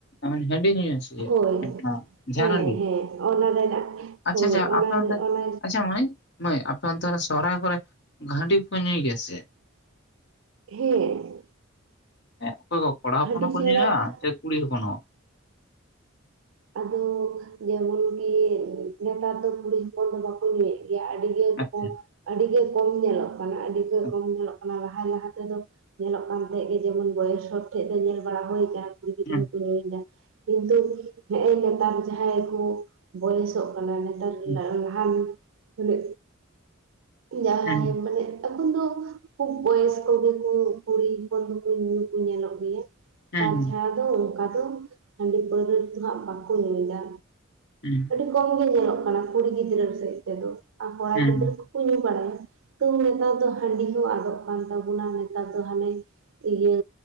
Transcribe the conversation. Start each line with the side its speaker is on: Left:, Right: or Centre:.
Left: ᱢᱟᱱᱮ ᱦᱟᱺᱰᱤ ᱧᱩᱭᱟ ᱥᱮ ᱪᱮᱫ
Right: ᱦᱳᱭ
Left: ᱚᱱᱟ
Right: ᱦᱮᱸ
Left: ᱡᱷᱟᱨ ᱦᱟᱺᱰᱤ
Right: ᱦᱮᱸ ᱚᱱᱟ ᱨᱮᱱᱟᱜ ᱮ
Left: ᱟᱪᱪᱷᱟ
Right: ᱦᱳᱭ
Left: ᱟᱪᱪᱷᱟ
Right: ᱚᱱᱟ
Left: ᱟᱯᱮ ᱚᱱᱛᱮ
Right: ᱨᱮ ᱚᱱᱟᱼᱼ
Left: ᱟᱪᱪᱷᱟ ᱢᱟᱹᱭ ᱢᱟᱹᱭ ᱟᱯᱮ ᱚᱱᱛᱮ ᱨᱮ ᱥᱚᱨᱟᱭ ᱠᱚᱨᱮ ᱦᱟᱰᱤ ᱠᱚ ᱧᱩᱭ ᱜᱮᱭᱟ ᱥᱮ?
Right: ᱦᱮᱸ᱾
Left: ᱦᱮᱸ ᱚᱠᱚᱭ ᱠᱚ ᱠᱚᱲᱟ ᱦᱚᱯᱚᱱ
Right: ᱦᱟᱺᱰᱤ
Left: ᱦᱚᱸᱠᱚ
Right: ᱪᱷᱟᱲᱟ
Left: ᱧᱭᱟ ᱥᱮ ᱠᱩᱲᱤ ᱦᱚᱯᱚᱱ ᱦᱚᱸ?
Right: ᱟᱫᱚ ᱡᱮᱢᱚᱱᱠᱤ ᱱᱮᱛᱟᱨ ᱫᱚ ᱠᱩᱲᱤ ᱦᱚᱯᱚᱱ ᱫᱚ ᱵᱟᱠᱚᱼᱼ ᱠᱚ ᱧᱩᱭᱮᱫ ᱜᱮᱭᱟ ᱟᱹᱰᱤ ᱜᱮ
Left: ᱟᱪᱪᱷᱟ
Right: ᱠᱚᱢ ᱟᱹᱰᱤ ᱜᱮ ᱠᱚᱢ ᱧᱮᱞᱚᱜ ᱠᱟᱱᱟ ᱟᱹᱰᱤ ᱜᱮ
Left: ᱦᱩᱸ
Right: ᱠᱚᱢ ᱧᱮᱞᱚᱜᱼᱼ ᱚᱱᱟ ᱞᱟᱦᱟᱭ ᱞᱟᱦᱟ ᱛᱮᱫᱚ ᱧᱮᱞᱚᱜ ᱠᱟᱱ ᱛᱟᱦᱮᱸᱜ ᱡᱮ ᱡᱮᱢᱚᱱ ᱵᱚᱭᱮᱥ ᱦᱚᱲ ᱴᱷᱮᱡ ᱫᱚ ᱧᱮᱞ ᱵᱟᱲᱟ ᱦᱳᱭ ᱠᱟᱱᱼᱼ ᱠᱩᱲᱤ ᱜᱤᱫᱽᱨᱟᱹ
Left: ᱦᱩᱸ
Right: ᱠᱚ ᱞᱟᱹᱭᱫᱟ ᱠᱤᱱᱛᱩ ᱮᱦᱮᱸᱼᱮ ᱱᱮᱛᱟᱨ ᱡᱟᱦᱟᱸᱭ ᱠᱚ ᱵᱚᱭᱮ ᱥᱚᱜᱼᱼ ᱠᱟᱱᱟ ᱱᱮᱛᱟᱨ
Left: ᱦᱩᱸ
Right: ᱞᱟᱦᱟᱱᱹᱜ ᱛᱟᱞᱮ ᱡᱟᱦᱟᱸᱟᱭ
Left: ᱦᱩᱸ
Right: ᱢᱟᱱᱮᱼᱼ ᱮᱠᱷᱚᱱ ᱫᱚ ᱠᱷᱩᱵ ᱵᱚᱭᱮᱥ ᱠᱚᱜᱮ ᱠᱚ ᱠᱩᱲᱤ ᱦᱚᱯᱚᱱ ᱫᱚᱠᱚ ᱧᱮᱞᱚᱜ ᱜᱮᱭᱟ᱾
Left: ᱦᱩᱸ
Right: ᱛᱟᱪᱷᱟᱲᱟ ᱫᱚ ᱚᱱᱠᱟ ᱫᱚ ᱦᱟᱺᱰᱤ ᱯᱟᱹᱣᱨᱟᱹᱫᱚᱦᱟᱸᱜ ᱵᱟᱠᱚ ᱧᱩᱭᱫᱟ᱾
Left: ᱦᱩᱸ
Right: ᱟᱹᱰᱤ ᱠᱚᱢ ᱜᱮ ᱧᱮᱞᱚᱜ ᱠᱟᱱᱟ ᱠᱩᱲᱤ ᱜᱤᱫᱽᱨᱟᱹ ᱥᱮᱫ ᱛᱮᱫᱚ ᱟᱨ ᱠᱚᱲᱟ
Left: ᱦᱩᱸ
Right: ᱜᱤᱫᱽᱨᱟᱹᱼᱼ ᱠᱚ ᱧᱩ ᱵᱟᱲᱟᱭᱟ ᱛᱚ ᱱᱮᱛᱟᱨ ᱫᱚ ᱦᱟᱺᱰᱤ ᱦᱚᱸ ᱟᱫᱚᱜ ᱠᱟᱱ ᱛᱟᱵᱚᱱᱟ ᱱᱮᱛᱟᱨ ᱫᱚ ᱦᱟᱱᱮᱼᱼ ᱤᱭᱟᱹ